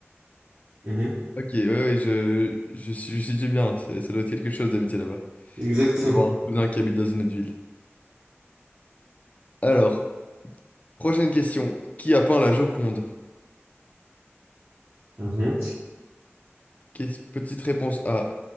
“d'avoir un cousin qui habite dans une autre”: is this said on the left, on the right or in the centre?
Left